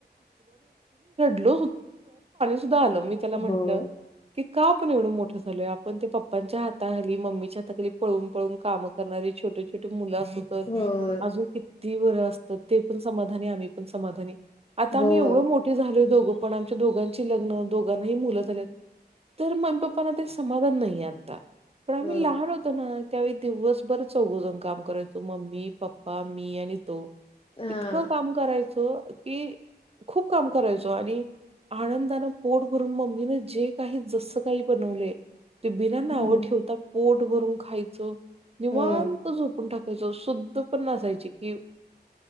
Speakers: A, on the right; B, on the left.
A: डल मी त्याला म्हटलं
B: होय.
A: का आपण एवढं मोठं झालोय आपण ते पप्पांच्या हाताखाली मम्मीच्या हाताखाली पळून पळून काम करणारे छोटे छोटे मुलं असत तर
B: होय,
A: अजून किती वर असतं ते पण समाधानी आम्ही पण समाधानी आता
B: होय,
A: आम्ही येवढं मोठे झालो दोघं पण आमच्या दोघांची लग्न दोघांनाही मुलं झालेत तर मम्मी पप्पाना ते समाधान नाही आता पण आम्ही
B: होय
A: लहान होतो ना त्यावेळी दिवसभर चौघं जाण काम करायच तो मम्मी पप्पा मी आणि तो
B: हा.
A: इतकं काम करायचो कि खूप काम करायचो आणि आनंदानं पोट भरून मम्मीने जे काही जस्सं काही बनवले ते बिना नावं
B: हम्म.
A: ठेवता पोट भरून खायचं निवांत
B: हम्म
A: झोपून टाकत त्या शुद्ध पण नसायची कि